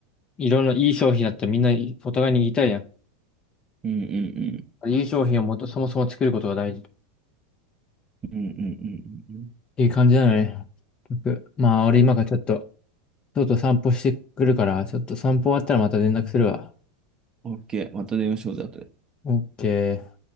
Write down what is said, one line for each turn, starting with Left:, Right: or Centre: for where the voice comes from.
Left: う。いろんないい商品だったらみんなお互いに言いたいやん。
Right: ううんうんうん。
Left: いい商品をもと、そもそも作ることが大事。っ
Right: うんうんうんうんうん。
Left: ていう感じなのね。僕まあ、俺今からちょっと、とうとう散歩してくるから、ちょっと散歩終わったらまた連絡するわ。
Right: OK。また電話しようぜ、後で。
Left: オッケー。